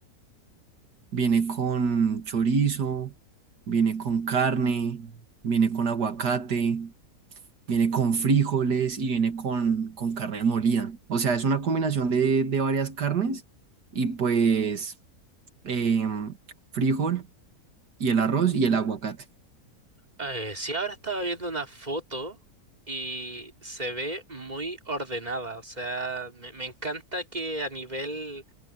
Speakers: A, on the right (about 85°); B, on the right (about 25°).
A: viene con chorizo, viene con carne, viene con aguacate, viene con frijoles y viene con, con carne molida. O sea, es una combinación de, de varias carnes y pues em, frijol y el arroz y el aguacate.
B: Eh, sí, ahora estaba viendo una foto y se ve muy ordenada. O sea, me, me encanta que a nivel